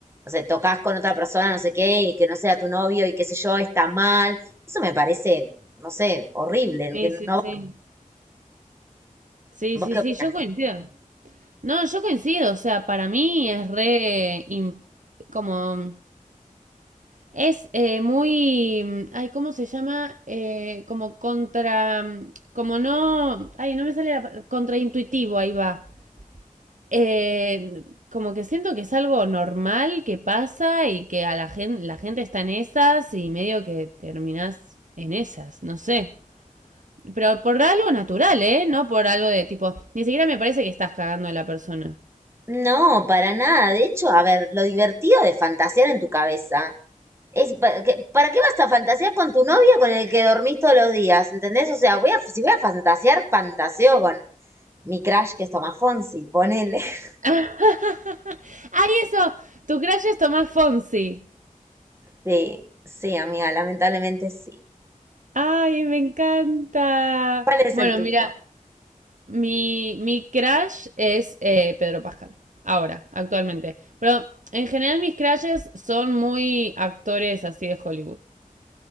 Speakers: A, on the right (about 20°); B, on the right (about 65°).
A: no sé, tocas con otra persona, no sé qué, y que no sea tu novio y qué sé yo, está mal. Eso me parece, no sé, horrible.
B: Sí,
A: Que no,
B: sí,
A: no,
B: sí. Sí,
A: ¿vos
B: sí,
A: qué
B: sí,
A: opinás?
B: yo coincido. No, yo coincido, o sea, para mí es re... im- como... Es eh, muy... mm, Ay, ¿cómo se llama? Eh, como contra... mm, Como no... Ay, no me sale la... pa- Contraintuitivo, ahí va. Eh, como que siento que es algo normal que pasa y que a la gente, la gente está en esas y medio que terminás en esas, no sé. Pero por algo natural, ¿eh? No por algo de tipo, ni siquiera me parece que estás cagando a la persona.
A: No, para nada. De hecho, a ver, lo divertido de fantasear en tu cabeza Es, pa- que- ¿Para qué vas a fantasear con tu novio con el que dormís todos los días? ¿Entendés? O sea, voy a, si voy a fantasear, fantaseo con mi crush que es Tomás Fonsi, ponele. <laughs>
B: <laughs> ¡Ay, eso! Tu crush es Tomás Fonsi.
A: Sí, sí, amiga, lamentablemente sí.
B: ¡Ay, me encanta!
A: ¿Cuál es
B: Bueno,
A: el tuyo?
B: mira, mi, mi crush es eh, Pedro Pascal. Ahora, actualmente. Pero en general mis crushes son muy actores así de Hollywood.